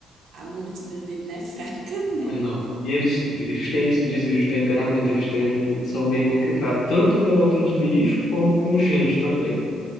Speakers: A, on the right; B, on the left.
A: a mordida dele não é <laughs> fraca, não.
B: mas não. E eles, eles têm esse desvio de temperamento, eles têm, são meio complicados, tanto com outros bichos como com gente também.